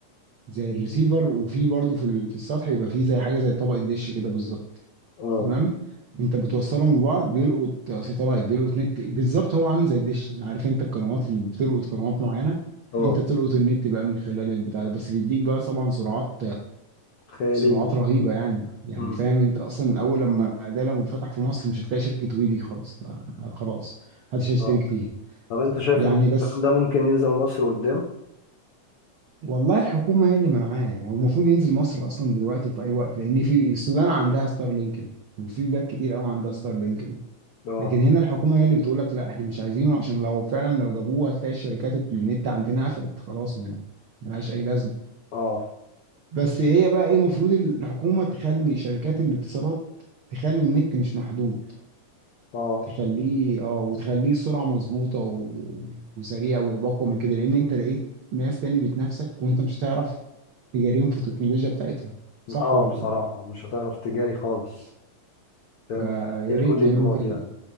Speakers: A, on the right; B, on the left.
A: زي الريسيفر وفي برضه في ال- في السطح يبقى في زي حاجه زي طبقه دش كده بالظبط
B: اه
A: تمام انت بتوصلهم ببعض بيلقط ساتلايت بيلقط نت بالظبط هو عامل زي الدش يعني عارف انت القنوات اللي بتلقط قنوات معينه
B: اه
A: انت بتلقط النت بقى من خلال البتاع ده بس بيديك بقى طبعا سرعات
B: خيالية
A: سرعات رهيبه يعني يعني
B: امم
A: فاهم انت اصلا اول لما ده لو فتح في مصر مش هتلاقي شركه ويدي خالص ف- خلاص محدش هيشترك
B: اه
A: فيها
B: طب انت شايف
A: يعني
B: ان
A: بس
B: الكلام ده ممكن ينزل مصر قدام
A: والله الحكومة هي اللي منعاه يعني هو المفروض ينزل مصر أصلا دلوقتي في أي وقت لأن في السودان عندها ستار لينك ده وفي بلاد كتير أوي عندها ستار لينك ده
B: اه
A: لكن هنا الحكومة هي اللي بتقول لك لا إحنا مش عايزينه عشان لو فعلا لو جابوه هتلاقي الشركات النت عندنا قفلت خلاص يعني ملهاش أي لازمة
B: اه
A: بس هي بقى إيه المفروض الحكومة تخلي شركات الاتصالات تخلي النت مش محدود
B: اه
A: تخليه اه وتخليه السرعه مظبوطه و... وسريع واقوى من كده لان انت لقيت ناس تاني بتنافسك وانت مش هتعرف تجاريهم في التكنولوجيا بتاعتهم صح
B: اه
A: ولا
B: بصراحة مش هتعرف تجاري خالص فاهم
A: فيا
B: بعيد
A: ريت
B: كل
A: يعملوا
B: البعد
A: كده
B: يعني
A: يعني